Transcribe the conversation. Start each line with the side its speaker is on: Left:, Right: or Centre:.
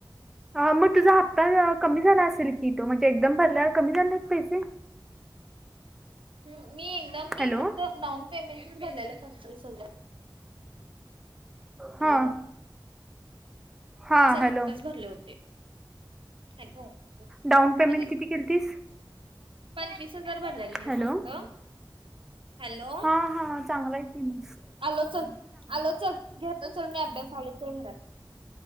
Centre: मग तुझा हप्ता कमी झाला असेल की, तो म्हणजे एकदम भरल्यावर कमी झालं नाहीत पैसे.
Right: ह. मी एकदम
Centre: हॅलो
Right: मी फक्त डाऊन पेमेंट भरलेला पंचवीस हजार. हॅलो.
Centre: हा. हा
Right: असे
Centre: हॅलो
Right: हप्ताच भरले होते. अरे,
Centre: डाऊन पेमेंट किती केलतीस
Right: पंचवीस हजार भरलेले मी
Centre: हॅलो
Right: फक्त. हॅलो
Centre: हा. हा. चांगला आहे की मिक्स
Right: आलो चल, आलो चल, घेतो चल मी अभ्यास आलो चल घरात.